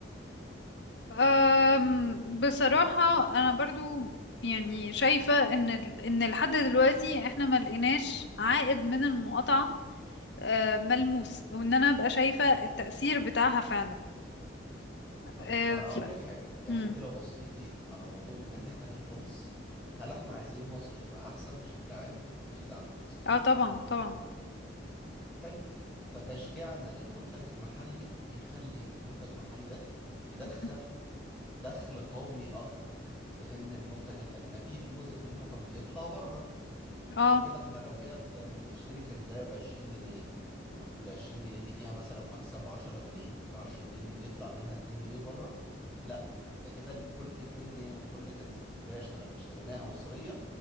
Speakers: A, on the left (about 65°); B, in the centre.
A: أم، بصراحة أنا برضو يعني شايفة إن ال- إن لحد دلوقتي إحنا ما لقيناش عائد من المقاطعة أه، ملموس أو إن أنا أبقى شايفة التأثير بتاعها فعلا
B: طيب
A: أه
B: انا
A: ف...
B: اقول لك حاجه يعني
A: مم.
B: انت لو بصيتي على الموضوع من ناحيه تانية خالص هل احنا عايزين مصر تبقى احسن بشكل عام بعيد عن فلسطين
A: اه طبعا طبعا
B: حلو فتشجيعنا للمنتج المحلي بيخلي المنتج المحلي ده يدخل
A: مم.
B: دخل قومي اكبر لان المنتج الاجنبي في جزء منه كان بيطلع بره
A: اه
B: فكده احنا لو جينا بدل ما نشتري كنزاية ب 20 جنيه وال 20 جنيه دي فيها مثلا مكسب 10 جنيه ال 10 جنيه دي بيطلع منها 2 جنيه بره لا ده كده ال- كل 2 جنيه من كل كنزاية اشتغل اشتريناها مصرية